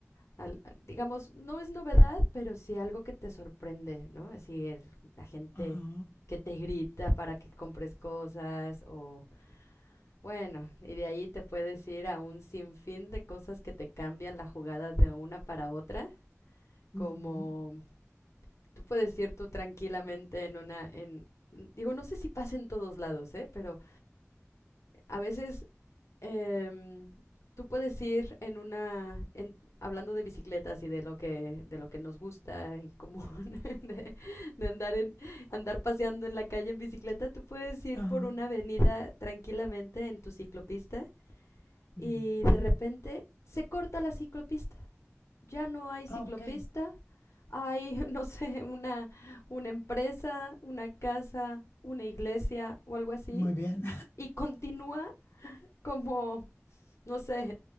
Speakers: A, on the left; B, on the left.
A: al- digamos, no es novedad, pero sí algo que te sorprende, ¿no? Así el- la gente
B: Ajá,
A: que te grita para que compres cosas o bueno, y de ahí te puedes ir a un sinfín de cosas que te cambian la jugada de una para otra
B: ujú,
A: como tú puedes ir tú tranquilamente en una, en, digo, no sé si pasa en todos lados, ¿eh? Pero a veces em, tú puedes ir en una, en- hablando de bicicletas y de lo que, de lo que nos gusta en común, <laughs> de, de andar en, andar paseando en la calle en bicicleta, tú puedes ir
B: ajá.
A: por una avenida tranquilamente en tu ciclopista y
B: mm.
A: de repente se corta la ciclopista ya no hay ciclopista,
B: Ah, ok,
A: hay, <laughs> no sé, una, una empresa, una casa, una iglesia o algo así,
B: muy bien,
A: y continúa como, no sé,